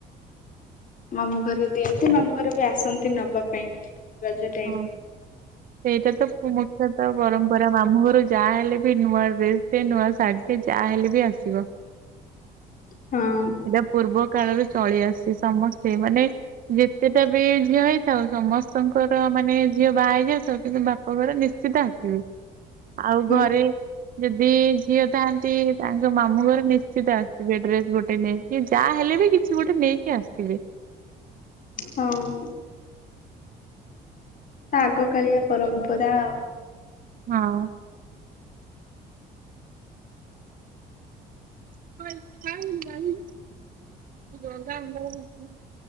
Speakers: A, on the left (about 50°); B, on the right (about 55°).
A: ମାମୁ ଘରେ ଦିଅନ୍ତି ମାମୁଘର ବି ଆସନ୍ତି ନବା ପାଇଁ ରଜ ଟାଇମରେ
B: ହଁ। ସେଇଟା ତ ମୁଖ୍ୟତ ପରମ୍ପରା ମାମୁ ଘରୁ ଯାହା ହେଲେ ବି ନୂଆ ଡ୍ରେସ ଟେ ନୂଆ ଶାଢୀ- ସେ ଯାହାହଲେ ବି ଆସିବ
A: ହଁ।
B: ସେଟା ପୂର୍ବ- କାଳରୁ ଚଳି ଆସିଚି ସମସ୍ତେ ମାନେ ଯେତେଟା ବି ଝିଅ ହେଇଥାଉ ସମସ୍ତଙ୍କ- ଶାଶୁଘର ମାନେ ଝିଅ ବାହା ହେଇଯାଇଥିବ କିନ୍ତୁ ବାପ ଘର ନିଶ୍ଚିତ ଆସିବେ ଆଉ ଘରେ
A: ହୁଁ।
B: - ଯଦି ଝିଅ ଥାଆନ୍ତି ତାଙ୍କ ମାମୁଁ ଘର ନିଶ୍ଚିତ ଆସିବେ ଡ୍ରେସ ଗୋଟେ ନେଇ କି ଯା ହେଲେ ବି କିଛି ଗୋଟେ ନେଇକି ଆସିଥିବେ
A: ହଁ ଉଁ ଆଗ କାଳିଆ ପରମ୍ପରା ଆଉ-
B: ହଁ <unintelligible>